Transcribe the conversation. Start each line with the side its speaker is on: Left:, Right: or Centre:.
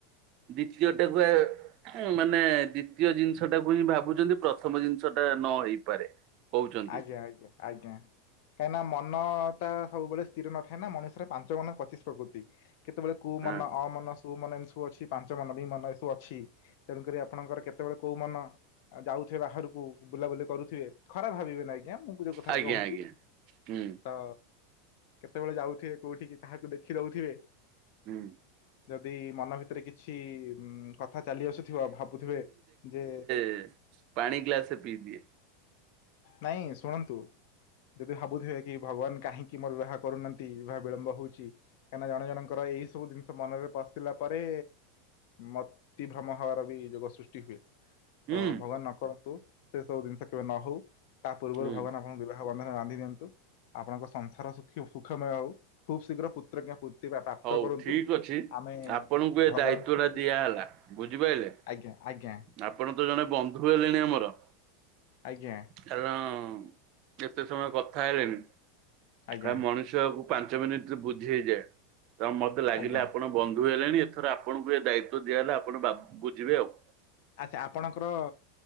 Right: ଦ୍ଵିତୀୟଟା କୁୁ ଆ ମାନେ ଦ୍ଵିତୀୟ ଜିନିଷ ଟାକୁ ହିଁ ଭାବୁଛନ୍ତି, ପ୍ରଥମ ଜିନିଷ ଟା ନ ହେଇପାରେ। କହୁଛନ୍ତି
Left: ଆଜ୍ଞା, ଆଜ୍ଞା, ଆଜ୍ଞା। କାହିଁକି ନା ମନ ଟା ସବୁବେଳେ ସ୍ଥିର ନଥାଏ ନା, ମଣିଷର ପାଞ୍ଚ ମନ ପଚିଶ ପ୍ରକୃତି। କେତେବେଳେ କୁ
Right: ହଁ
Left: ମନ ଅମନ ଶୁ ମନ ଏମିତି ସବୁ ଅଛି, ପାଞ୍ଚ ମନ ବି ମନ ଏସବୁ ଅଛି, ତେଣୁକରି ଆପଣଙ୍କର କେତେବେଳେ କୋଉ ମନ ଯାଉଥିବେ ବାହାରକୁ ବୁଲାବୁଲି କରୁଥିବେ, ଖରାପ ଭାବିବେନି ଆଜ୍ଞା ମୁଁ ଯୋଉ କଥାରେ
Right: ଆଜ୍ଞା
Left: କହୁଛି
Right: ଆଜ୍ଞା ହୁଁ
Left: ତ କେତେବେଳେ ଯାଉଥିବେ କୋଉଠିକି କାହାକୁ ଦେଖି ଦଉଥିବେ।
Right: ହୁଁ।
Left: ଯଦି ମନ ଭିତରେ କିଛି କଥା ଚାଲି ଆସୁଥିବ, ଭାବୁଥିବେ ଯେ
Right: ଏ ପାଣି ଗ୍ଲାସ ପିଇଦିଏ।
Left: ନାଇଁ ଶୁଣନ୍ତୁ ଯଦି ଭାବୁଥିବେ କି ଭଗବାନ କାହିଁକି ମୋର ବିବାହ କରୁନାହାନ୍ତି, ବିବାହ ବିଳମ୍ବ ହଉଛି। କାହିଁକିନା ଜଣେ ଜଣଙ୍କର ଏଇ ସବୁ ଜିନିଷ ମନରେ ପଶିଲା ପରେ ମତିଭ୍ରମ ହବାର ବି ଯୋଗ ସୃଷ୍ଟି ହୁଏ।
Right: ହୁଁ।
Left: ତ ଭଗବାନ ନ କରନ୍ତୁ ସେ ସବୁ ଜିନିଷ କେବେ ନ ହଉ ତା ପୂର୍ବରୁ
Right: ହୁଁ
Left: ଭଗବାନ ଆପଣଙ୍କୁ ବିବା ହ ବନ୍ଧନ ବାନ୍ଧି ନିିଅନ୍ତୁ, ଆପଣଙ୍କ ସଂସାର ସୁଖମୟ ହଉ ଖୁବ ଶୀଘ୍ର ପୁତ୍ରଜ୍ଞ ପୁତ୍ରୀ ପ୍ରାପ୍ତ
Right: ହଉ
Left: କରନ୍ତୁ,
Right: ଠିକ ଅଛି।
Left: ଆମେ
Right: ଆପଣଙ୍କୁ ଏ
Left: ଭଗବାନଙ୍କୁ
Right: ଦାୟିତ୍ଵ ଟା ଦିଆହେଲା ବୁଝିପାରିଲେ
Left: ଆଜ୍ଞା, ଆଜ୍ଞା।
Right: ଆପଣ ତ ଜଣେ ବନ୍ଧୁ ହେଲେଣି ଆମର।
Left: ଆଜ୍ଞା।
Right: କାରଣ ଏତେ ସମୟ କଥା ହେଲେଣିି,
Left: ଆଜ୍ଞା
Right: ଖା ମଣିଷ ବିଷୟକୁୁ ପାଞ୍ଚ ମିନିଟ ରେ ବୁଝି ହେଇଯାଏ। ତ ମତେ ଲାଗିଲେ
Left: ଆଜ୍ଞା।
Right: ଆପଣ ବନ୍ଧୁ ହେଲେଣି ଏଥର ଆପଣଙ୍କୁ ଏ ଦାୟିତ୍ୱ ଦିଆହେଲା ଆପଣ ବା ବୁଝିବେ ଆଉ।
Left: ଆଚ୍ଛା ଆପଣଙ୍କର